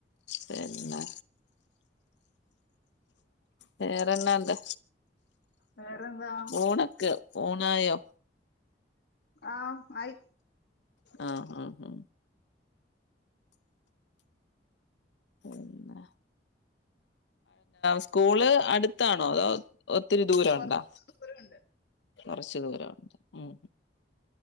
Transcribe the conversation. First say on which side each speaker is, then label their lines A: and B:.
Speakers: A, on the left; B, on the left.
A: പിന്നെ വേറെന്നാ ഉണ്ട്
B: വേറെന്താ
A: ഊണൊക്കെ ഊണായോ?
B: ആം ആയി
A: ആഹ്ആഹ് ആഹ് പിന്നെ സ്കൂള് അടുത്താണോ അതോ ഒത്തിരി ദൂരുണ്ടോ
B: കൊറച്ച് ദൂരണ്ട്
A: കുറച്ച് ദൂരംണ്ട് ഉം.